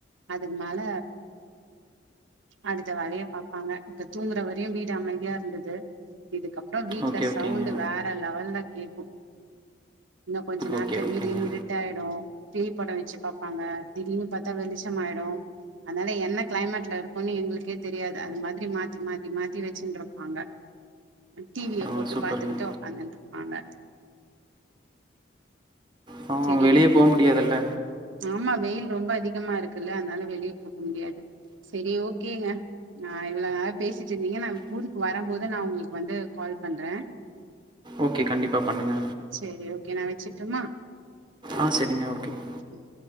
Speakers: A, on the right; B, on the right.
A: அதுக்கு மேல அடுத்த வேலைய பாப்பாங்க இப்ப தூங்குற வரையு வீடு அமைதியா இருந்துது இதுக்கப்றோ வீட்ல
B: ஓகே
A: சவுண்டு
B: ஓகேங்க
A: வேற லெவல்லக் கேக்கு இன்னோ கொஞ்ச நேரத்ல
B: ஓகே ஓகேங்க
A: வீடே இரு ட்டாயிடு பேய் படோ வெச்சு பாப்பாங்க திடீர்னு பா த்தா வெளிச்சம் ஆயிடு அதனால என்ன க்ளைமேட்ல இருக்கோன்னு எங்களுக்கே தெரியாது அது மா ரி மாத்தி மாத்தி மாத்தி வெச்சின்ருப்பாங்க டி விய
B: பரவாயில்ல
A: போட்டு
B: சூப்பருங்க
A: பாத்துக்கிட்டு ஒக்காந்துன் ருப்பாங்க
B: பாவோ
A: செரி
B: அவுங்க வெளிய
A: ஓ
B: போ முடியாதுல்ல
A: ஆமா வெயில் ரொம்ப அதிகமா இருக்குல்ல அதனால வெளிய போக முடியாது செரி ஓகேங்க நா இவ்ளோ நேரோ பேசிட்ருந்திங்க நா ஊருக்கு வரம் போது நா உங்களுக்கு வந்து கால் பண்ற
B: ஓகே கண்டிப்பா பண்ணுங்க
A: செரி ஓகே நா வெச்சிட்டும்மா
B: ஆ செரிங்க ஓகேங்க
A: ம்